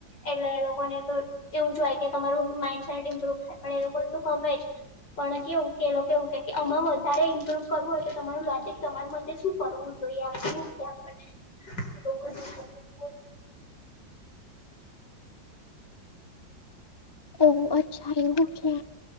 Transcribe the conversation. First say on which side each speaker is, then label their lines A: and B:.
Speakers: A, on the left; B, on the left.
A: એટલે એ લોકોને તો એવું જ જોય કે તમારું માઇન્ડસેટ ઇમ્પ્રુવ થાય પણ એ લોકો પણ કેવું કે એ લોકો એવું કેય કે આમાં વધારે ઇમ્પ્રુવ કરવું હોય તો તમારું લોજિક તમાર મ એ શું કરવું જોઈએ? ક્યુ ક્યાં કરના હે <unintelligible>
B: ઓ, અચ્છા એવું છે.